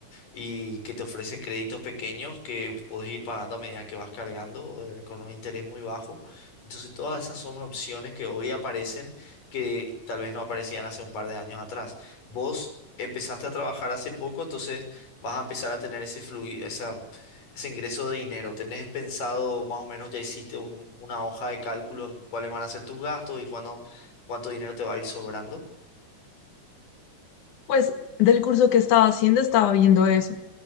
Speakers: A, on the left; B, on the left.
A: y que te ofrece créditos pequeños que puedes ir pagando a medida que vas cargando eh, con un interés muy bajo. Entonces, todas esas son opciones que hoy aparecen que tal vez no aparecían hace un par de años atrás. Vos empezaste a trabajar hace poco, entonces vas a empezar a tener ese flui- esa, ese ingreso de dinero. ¿Tenés pensado más o menos, ya hiciste un- una hoja de cálculo en cuáles van a ser tus gastos y cuándo, cuánto dinero te va a ir sobrando?
B: Pues del curso que estaba haciendo estaba viendo eso.